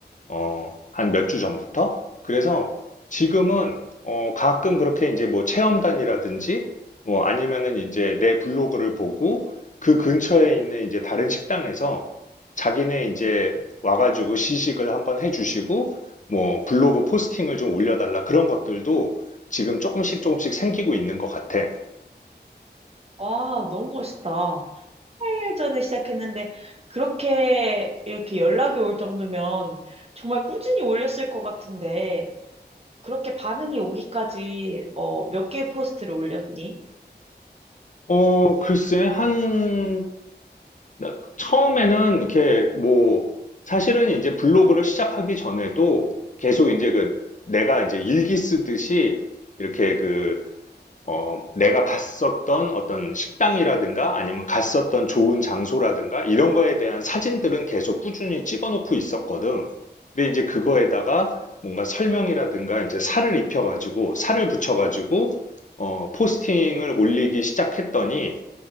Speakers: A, on the left; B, on the right.
A: 어, 한 몇 주 전부터. 그래서 지금은 어, 가끔 그렇게 이제 뭐 체험단이라든지 뭐 아니면은 이제 내 블로그를 보고 그 근처에 있는 이제 다른 식당에서 자기네 이제 와가지고 시식을 한번 해주시고 뭐 블로그 포스팅을 좀 올려달라 그런 것들도 지금 조금씩 조금씩 생기고 있는 것 같아.
B: 와, 너무 멋있다. 8일 전에 시작했는데, 그렇게 이렇게 연락이 올 정도면 정말 꾸준히 올렸을 것 같은데, 그렇게 반응이 오기까지, 어, 몇 개의 포스트를 올렸니?
A: 어, 글쎄, 한 나- 처음에는 이렇게 뭐 사실은 이제 블로그를 시작하기 전에도 계속 이제 그 내가 이제 일기 쓰듯이 이렇게 그 어, 내가 갔었던 어떤 식당이라든가 아니면 갔었던 좋은 장소라든가 이런 거에 대한 사진들은 계속 꾸준히 찍어 놓고 있었거든. 근데 이제 그거에다가 뭔가 설명이라든가 이제 살을 입혀가지고 살을 붙여가지고 어, 포스팅을 올리기 시작했더니